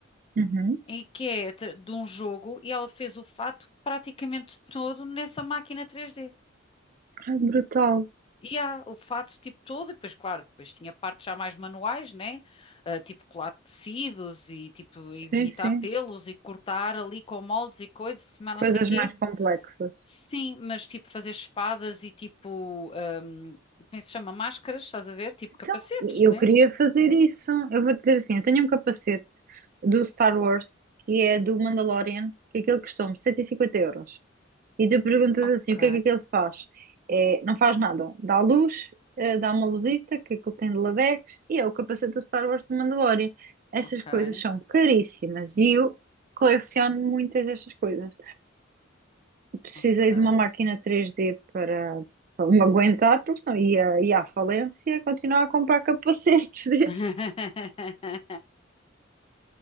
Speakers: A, on the right; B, on the left.
A: uhum.
B: e que é tra- de um jogo e ela fez o fato praticamente todo nessa máquina 3D.
A: Ai, brutal.
B: E há o fato tipo todo, e depois, claro, depois tinha partes já mais manuais, né? Ah, tipo colar tecidos e tipo imitar
A: Sim, sim.
B: pelos e cortar ali com moldes e coisas, mas
A: Coisas
B: não sei quê.
A: mais complexas.
B: Sim, mas tipo fazer espadas e tipo, ahm, como é que se chama? Máscaras, estás a ver? Tipo
A: Então,
B: capacetes,
A: eu
B: né?
A: queria fazer isso. Eu vou dizer assim, eu tenho um capacete do Star Wars, que é do Mandalorian, que aquele custou-me 150 euros. E tu perguntas
B: Ok,
A: assim, o que é que aquilo faz? É, não faz nada. Dá luz, eh, dá uma luzita, que aquilo tem de Ladex, e é o capacete do Star Wars do Mandalorian. Estas
B: ok,
A: coisas são caríssimas e eu coleciono muitas destas coisas. Precisei
B: ok.
A: de uma máquina três d para, para me aguentar, porque senão ia, ia à falência continuar a comprar capacetes <laughs> destes.
B: <laughs>